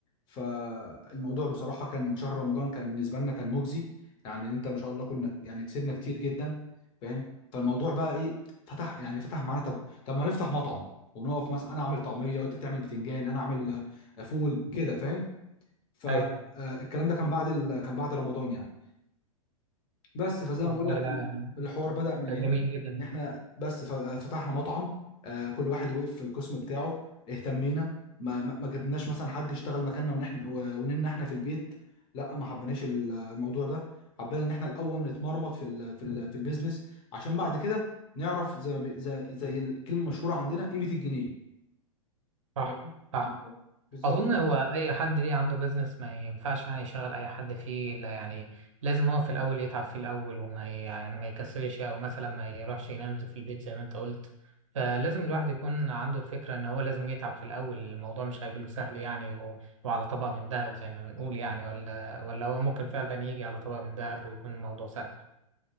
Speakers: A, on the left (about 25°); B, on the right (about 60°).
A: فالموضوع بصراحة كان شهر رمضان كان بالنسبة لنا كان مجزي يعني انت ما شاء الله كنا يعني كسبنا كتير جدا فاهم فالموضوع بقى ايه فتح يعني فتح معانا طب طب ما نفتح مطعم ونقف مثلا انا اعمل طعميه وانت تعمل بتنجان انا اعمل آه، فول كده فاهم فالكلام
B: ايوه
A: ده كان بعد ال... كان بعد رمضان يعني بس فزي
B: والله
A: ما بقول لك
B: لا يعني
A: الحوار بدأ من
B: ده جميل
A: هنا
B: جدا
A: ان احنا بس ف- فتحنا مطعم آه، كل واحد وقف في القسم بتاعه اهتمينا ما ما ما جبناش مثلا حد يشتغل مكاننا ونحن و- ونمنا احنا في البيت لا ما حبيناش ال- الموضوع ده حبينا ان احنا الاول نتمرمط في ال في ال في البيزنس عشان بعد كده نعرف زي ما بي- زي, زي الكلمة المشهورة عندنا قيمة الجنيه
B: صح
A: فاهم؟
B: صح
A: بالظبط
B: اظن هو اي حد ليه عنده بيزنس ما ينفعش يعني يشغل اي حد فيه الا يعني لازم هو في الاول يتعب فيه الاول وما ي- يعني ما يكسلش او مثلا ما يروحش ينام في البيت زي ما انت قلت فلازم الواحد يكون عنده الفكره ان هو لازم يتعب في الاول الموضوع مش هيجيله سهل يعني و... وعلى طبق من ذهب زي ما بنقول يعني ولا ولا هو ممكن فعلا يجي على طبق من ذهب ويكون الموضوع سهل